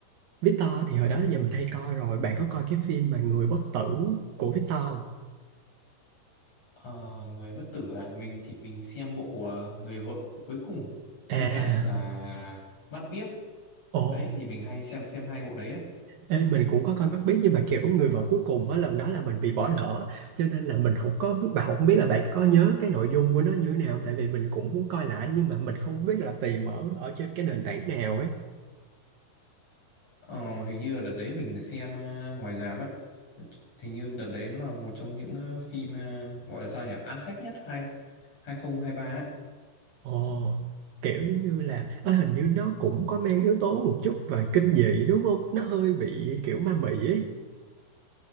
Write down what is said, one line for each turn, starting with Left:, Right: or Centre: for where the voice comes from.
Right: Victor thì hồi đó giờ mình hay coi rồi bạn có coi cái phim mà Người Bất Tử của Victor không?
Left: Ờ, người bất tử à mình thì mình xem bộ ờ, người vợ cuối cùng
Right: À,
Left: với cả là mắt biếc
Right: ồ
Left: đấy thì mình hay xem xem hai bộ đấy á
Right: Ê, mình cũng có coi Mắt Biếc nhưng mà kiểu người vợ cuối cùng á lần đó là mình bị bỏ lỡ cho nên là mình không có biết bạn không biết là bạn có nhớ cái nội dung của nó như thế nào tại vì mình cũng muốn coi lại nhưng mà mình không biết là tìm ở ở trên cái nền tảng nào ấy.
Left: ờ, hình như là đợt đấy mình xem ờ, ngoài rạp á hình như đợt đấy nó là một trong những ờ, phim ờ, gọi là sao nhỉ ăn khách nhất hai 2023 á
Right: Ồ, kiểu giống như là ơ hình như nó cũng có mang yếu tố một chút về kinh dị đúng không? Nó hơi bị kiểu ma mị ấy.